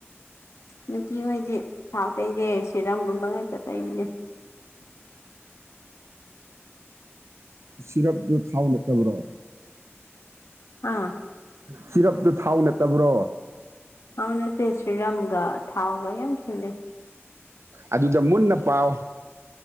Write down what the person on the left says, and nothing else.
ꯅꯨꯄꯤꯍꯣꯏꯗꯤ ꯊꯥꯎ ꯇꯩꯗꯦ ꯁꯦꯔꯝꯒꯨꯝꯕ ꯉꯥꯛꯇ ꯇꯩꯕꯅꯦ
ꯑ
ꯊꯥꯎ ꯅꯠꯇꯦ ꯁꯤꯔꯝꯒ ꯊꯥꯎꯒ ꯌꯥꯝ ꯈꯦꯠꯅꯩ